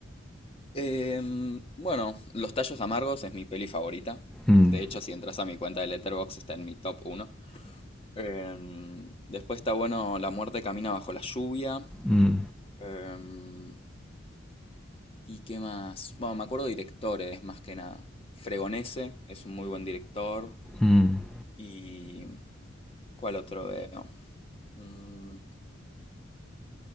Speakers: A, on the left (about 30°); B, in the centre.
A: Em, bueno, Los Tallos Amargos es mi peli favorita.
B: Mm,
A: De hecho, si entras a mi cuenta de Letterboxd está en mi top uno. Em, después está bueno La muerte camina bajo la lluvia.
B: mm,
A: Em, ¿y qué más? Bueno, me acuerdo de directores más que nada. Fregonese es un muy buen director.
B: mm.
A: ¿Y cuál otro veo? Mm,